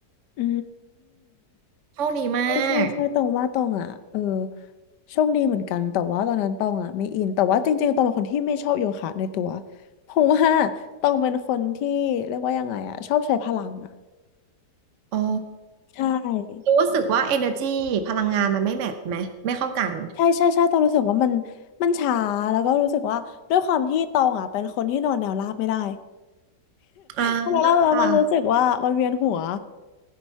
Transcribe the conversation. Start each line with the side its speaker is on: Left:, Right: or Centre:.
Left: อืม
Right: โชคดีมาก
Left: ใช่ใช่ใช่ตองว่าตองอ่ะเออโชคดีเหมือนกันแต่ว่าตอนนั้นตองอ่ะไม่อินแต่ว่าจริงๆตองเป็นคนที่ไม่ชอบโยคะในตัวเพราะว่าตองเป็นคนที่เรียกว่ายังไงอ่ะชอบใช้พลังอ่ะ
Right: อ๋อ
Left: ใช่
Right: รู้สึกว่า energy พลังงานมันไม่แมทช์ไหมไม่เข้ากัน
Left: ใช่ใช่ใช่ตองรู้สึกว่ามันมันช้าแล้วก็รู้สึกว่าด้วยความที่ตองอ่ะเป็นคนที่นอนแนวราบไม่ได้
Right: อ่า
Left: แล้วเราแล้วมันรู้สึกว่ามันเวียนหัว
Right: ค่ะ